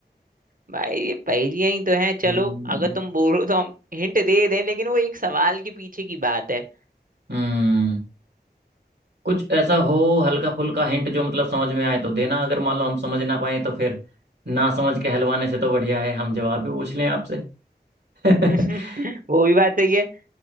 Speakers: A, on the right; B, on the right.
A: भाई ये पहेलियां ही तो हैं चलो
B: हम्म
A: अगर तुम बोलो तो हम हिंट दे दें लेकिन वो एक सवाल के पीछे की बात है
B: हम्म कुछ ऐसा हो हल्का फुल्का हिंट जो मतलब समझ में आए तो देना अगर मान लो हम समझ ना पाए तो फिर ना समझ के हलवाने से तो बढ़िया है हम जवाब भी पूछ लें आपसे <laughs> क्यों
A: <laughs> वो भी बात सही है